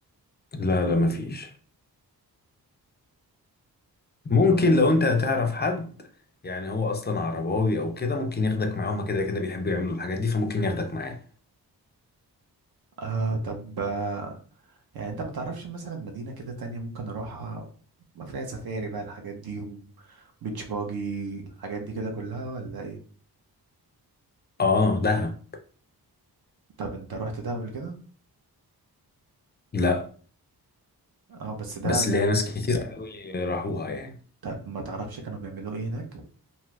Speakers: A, on the left (about 25°); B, on the right (about 65°).
A: لا لا مفيش ممكن
B: طب
A: لو انت هتعرف حد يعني هو اصلا عرباوي او كده ممكن ياخدك معاه هما كده كده بيحبوا يعملوا الحاجات دي فممكن ياخدك معاه
B: آه طب آه، يعني انت ما تعرفش مثلا مدينة كده تانية ممكن اروحها ما فيها سفاري بقى الحاجات دي وبيتش باجي الحاجات دي كده كلها ولا ايه
A: اه دهب
B: طب انت رحت دهب قبل كده
A: لا
B: اه بس دهب
A: بس ليا
B: يعني
A: ناس كتير قوي راحوها يعني
B: طب ما تعرفش كانوا بيعملوا ايه هناك